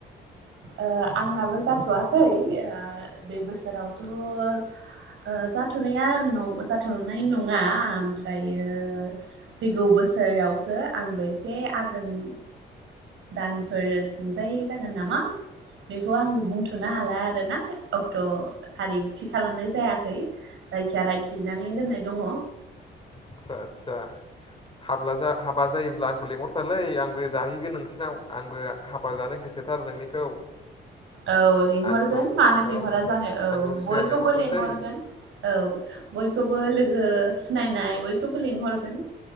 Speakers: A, on the right (about 75°); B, on the left (about 25°).
A: ओ आंनाबो जाथ'वाखै ओ बे बोसोरावथ' ओ जाथ'नाया जाथ'नाय नङा ओमफ्रायो फैगौ बोसोरावसो आंबो एसे आघोन दानफोरथिंजाय जागोन नामा? बेखौ आंबो बुंथ'नो हाला आर ना अक्ट' थारिख थि खालामनाय जायाखै। जायखिया रायथिनानै दोननाय दङ।
B: आतसा आतसा हाब्ला हाबा जायोब्ला आंखौ लिंहरथारलै आंबो जाहैगोन नोंसिनाव आंबो हाबा जानो गोसोथार नोंनिखौ
A: औ लेंहरगोन
B: आंखौ
A: मानो लिंहरा
B: औ
A: जानो औ
B: आंखौ सिगां
A: बयखौबो
B: लेंहरथार
A: लेंहरगोन।
B: दै
A: औ बयखौबो लोगो सिनायनाय बयखौबो लेंहरगोन।